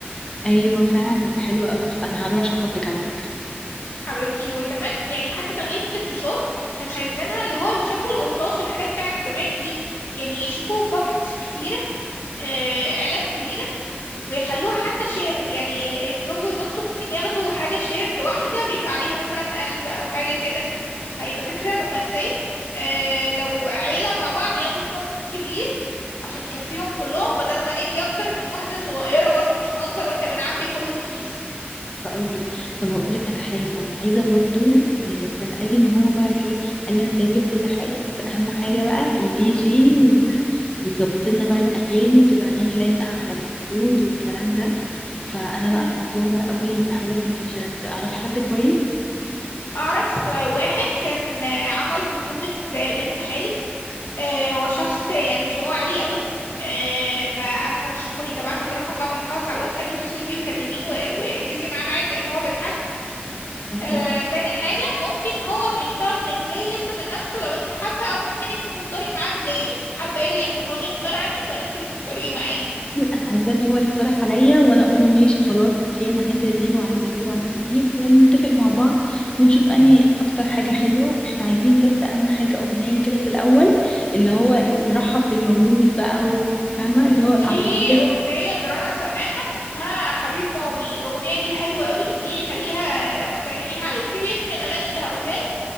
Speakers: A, on the left; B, on the left.
A: ايوه فعلا حلوه قوي انا هعمله عشان خاطرك على فكره
B: حبيبتي وكمان يعني حتى تغليفة الفشار احنا مش عايزينها اللي هو شكل القرطاس والحاجات بتاعت زمان دي يعني يشوفوا باكتس كبيرة آه علب كبيرة ويخلوها حتى شيرد يعني ال- الزوج وزوجته ممكن ياخدوا حاجة شيرد واحدة بيبقى عليها مثلا قلب أو حاجة كده هيبقى فكرة رومانسية آه لو عيلة مع بعض ياخدوا باكت كبير عشان يكفيهم كلهم بدل ما ندي أكتر من واحدة صغيرة برضو مش منظر واحنا بنعبي كله في كيس
A: حلوة قوي طب هقول لك على حاجه عايزه برضو
B: مم.
A: آه، كان قال لي ان هو بقى ايه قال لي انا سايب لك كل حاجه بس اهم حاجه بقى الدي جي وال... وتظبط لنا بقى الاغاني وتبقى اغاني لايقه على المولود والكلام ده فانا
B: مم.
A: بقى محتاره قوي في حوار الدي جي تعرفي حد كويس
B: أعرف آه، واحد كان آه، عمل خطوبة آه، بنت خالي آه، هو شخص آه، يعني ذوقه عالي قوي آه، فأنا هرشحه لك هبعت لك الرقم بعد ما نخلص على الواتساب اتصلي بيه وكلميه و- واحجزي معاه ميعاد لأن هو بالحجز
A: تمام
B: آه، تاني حاجة ممكن هو بيختار لك بلاي ليست من نفسه لو انت حابة أو ممكن انت تختاري معاه بلاي ليست حابة ايه اللي يحصل هو اللي يختار عنك ولا انت اللي تختاريه معاه
A: انا عايزاه اللي هو يقترح عليا وانا اقول له ماشي خلاص اوكي انا عايزه دي وعايزه دي وعايزه دي ونتفق مع بعض ونشوف انهي اكتر حاجه حلوه احنا عايزين بس اهم حاجه اغنيه كده في الاول اللي هو إيه، نرحب بالمولود بقى و- فاهمه اللي هو
B: في
A: على بقى.
B: أغنية لرنا سماحة اسمها حبيب مامي الأغنية دي حلوة قوي دي خليها اقترحيها عليه اكتبي اسم الأغاني اللي هقولها لك